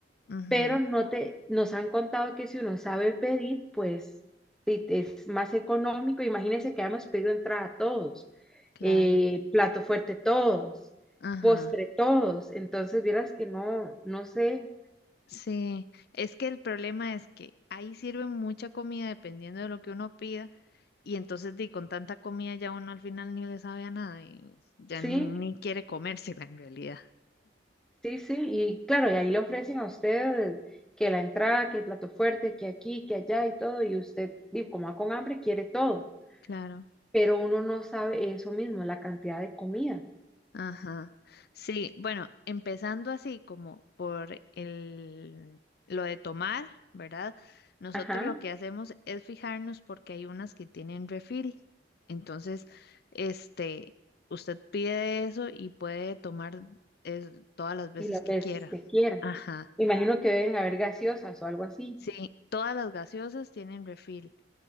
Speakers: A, on the left; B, in the centre.
A: Ujú,
B: Pero no te, nos han contado que si uno sabe pedir, pues sí, es más económico. Imagínense que habíamos pedido entrada todos,
A: claro,
B: eh, plato fuerte todos,
A: ajá,
B: postre todos. Entonces, vieras que no, no sé,
A: sí, es que el problema es que ahí sirven mucha comida dependiendo de lo que uno pida y entonces di, con tanta comida ya uno al final ni le sabe a nada y ya
B: sí,
A: ni quiere comérsela en realidad.
B: Sí, sí, y claro, y ahí le ofrecen a usted que la entrada, que el plato fuerte, que aquí, que allá y todo, y usted, di, como va con hambre, quiere todo,
A: Claro.
B: pero uno no sabe eso mismo, la cantidad de comida,
A: Ajá. Sí, bueno, empezando así como por el, lo de tomar, ¿verdad? Nosotros
B: ajá,
A: lo que hacemos es fijarnos porque hay unas que tienen refil. Entonces, este, usted pide eso y puede tomar eh, todas las veces
B: y las
A: que
B: veces
A: quiera.
B: que quiera.
A: Ajá.
B: Me Imagino que deben haber gaseosas o algo así.
A: Sí, todas las gaseosas tienen refil